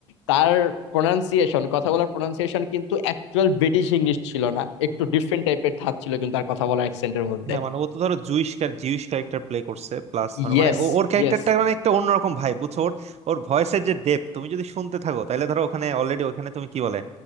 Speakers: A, on the left; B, on the right.
A: তার প্রোনাউন্সিয়েশন কথা বলার প্রোনাউন্সিয়েশন কিন্তু অ্যাকচুয়াল ব্রিটিশ ইংলিশ ছিল না একটু ডিফারেন্ট টাইপের ঠাঁচ ছিল কিন্তু তার কথা বলার অ্যাকসেন্টের মধ্যে
B: হ্যাঁ মানে ও তো ধরো জুইশ জিউস ক্যারেক্টার প্লে করছে প্লাস
A: ইয়েস
B: মানে ও ওর ক্যারেক্টারটা
A: ইয়েস
B: মানে একটা অন্যরকম ভাই বুঝছো ওর ওর ভয়েসের যে ডেপথ তুমি যদি শুনতে থাকো তাহলে ধরো ওখানে অলরেডি ওখানে তুমি কি বলে